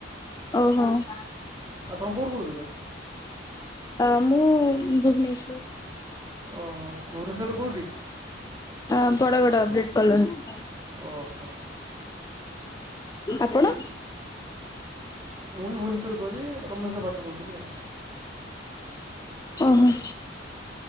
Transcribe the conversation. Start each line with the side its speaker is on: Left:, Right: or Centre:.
Left: ଓ ହଁ।
Right: ଆପଣ କୋଉଠୁ କହୁଥିଲେ?
Left: ଅ ମୁଁ ଭୁବନେଶ୍ୱର।
Right: ଓହୋ ଭୁବନେଶ୍ୱରଠୁ କେଉଠି?
Left: ହଁ ବଡ ବଡ ବ୍ରିଟ କଲୋନୀ।
Right: ଓହୋ।
Left: ଆପଣ?
Right: ମୁଁ ବି ଭୁବନେଶ୍ୱର କହିଲି, ଭୁବନେଶ୍ୱର ରେ ପାଠ ପଢୁଥିଲି ଆଉ।
Left: ଓହୋ।